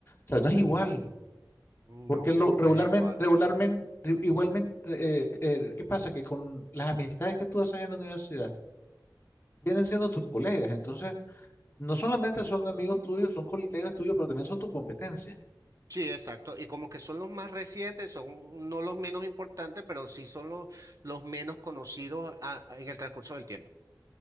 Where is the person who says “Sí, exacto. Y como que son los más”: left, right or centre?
Right